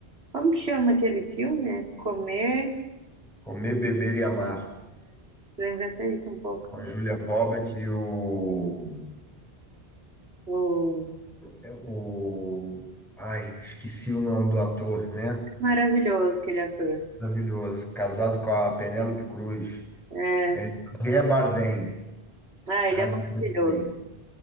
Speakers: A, on the right; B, in the centre.
A: Como que chama aquele filme? É Comer.
B: Comer, beber e amar.
A: Lembra até isso um pouco.
B: Com a Julia Roberts e o,
A: O...
B: é o... Ai, esqueci o nome do ator, né?
A: Maravilhoso aquele ator.
B: Maravilhoso. Casado com a Penélope Cruz.
A: É.
B: É Javier Bardem.
A: Ah, ele
B: Javier
A: é maravilhoso.
B: Bardem.